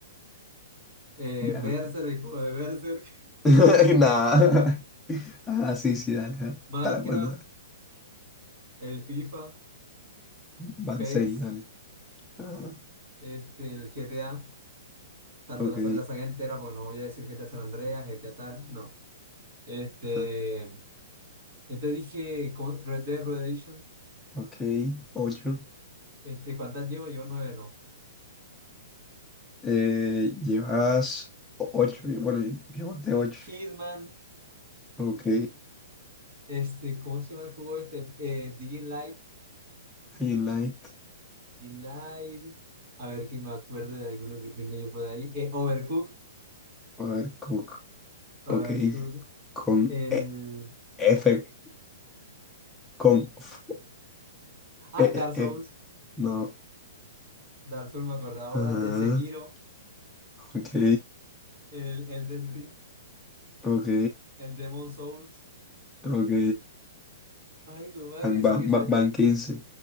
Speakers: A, on the right (about 35°); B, in the centre.
A: Eh,
B: ya.
A: Berserk, el juego de Berserk.
B: <laughs> Nada. Ah, sí, sí, dale,
A: <laughs>
B: dale.
A: Minecraft.
B: Para cuándo, dale.
A: el FIFA,
B: Van
A: PES,
B: seis, dale. Ajá,
A: este, el GTA, tanto
B: ok,
A: la, sa- la saga entera, porque no voy a decir GTA San Andreas, GTA tal, no. Este,
B: ajá,
A: ya te dije ¿cómo? Red Dead Redemption,
B: ok, ocho.
A: este, ¿cuántas llevo? Llevo nueve, no.
B: Eh, llevas o- ocho, yo- bueno, yo, yo conté ocho.
A: Hitman,
B: Ok,
A: este, ¿cómo se llama el juego este? Eh, Light,
B: highlight,
A: Light, a ver que me acuerdo de alguno que tengo yo por ahí. Eh, Overcooked,
B: a ver, cook,
A: Overcooked,
B: ok, con
A: el...
B: e- F, con F,
A: Ah,
B: e-
A: Dark Souls,
B: e- e- no,
A: Dark Souls me acordaba ahora,
B: ajá.
A: el Sekiro,
B: Ok,
A: el Elden Ring,
B: ok,
A: el Demon Souls.
B: ok.
A: Ay, mi madre,
B: Van,
A: sí,
B: van,
A: ese,
B: van- van 15.